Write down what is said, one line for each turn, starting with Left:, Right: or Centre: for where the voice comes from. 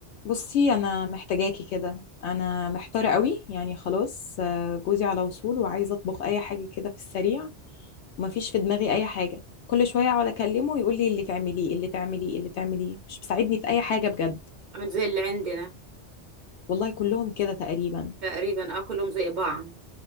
Left: بصي انا محتاجاكي كده انا محتاره قوي يعني خلاص آه، جوزي على وصول وعايزه اطبخ اي حاجه كده في السريع ومفيش في دماغي اي حاجه كل شويه اقعد اكلمه ويقول لي اللي تعمليه اللي تعمليه اللي تعمليه مش مساعدني في اي حاجه بجد
Right: عامل زي اللي عندنا
Left: والله كلهم كده تقريبا
Right: تقريبا اه كلهم زي بعض